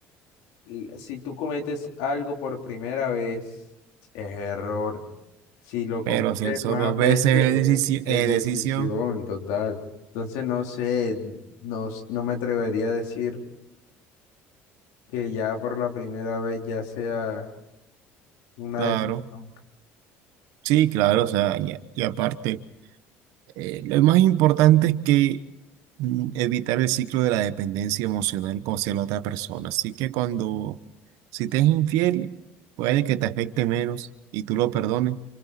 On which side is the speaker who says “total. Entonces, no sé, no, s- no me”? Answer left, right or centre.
Left